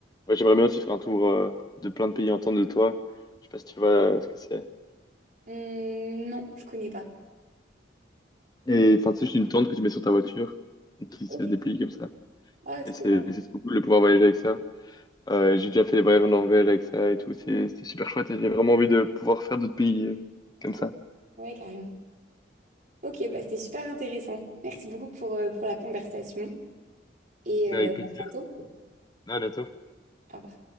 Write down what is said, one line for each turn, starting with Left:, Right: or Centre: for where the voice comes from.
Left: ouais, j'aimerais bien aussi faire un tour euh, de plein de pays en tente de toi. Je sais pas si tu vois euh, ce que c'est.
Right: Hum, non, je connais pas.
Left: Et enfin, c'est juste une tente que tu mets sur ta voiture, et qui
Right: Ok.
Left: se déplie comme ça.
Right: Ah, trop
Left: Et c'est
Right: bien.
Left: c'est trop cool de pouvoir voyager avec ça. Euh, j'ai déjà fait des voyages en Norvège avec ça et tout. C'est- C'était super chouette et j'ai vraiment envie de pouvoir faire d'autres pays euh, comme
Right: Trop.
Left: ça.
Right: Ouais, carrément. Ok, bah c'était super intéressant. Merci beaucoup pour, euh, pour la conversation et
Left: Mais
Right: euh,
Left: avec
Right: à
Left: plaisir.
Right: bientôt.
Left: À bientôt.
Right: Au revoir.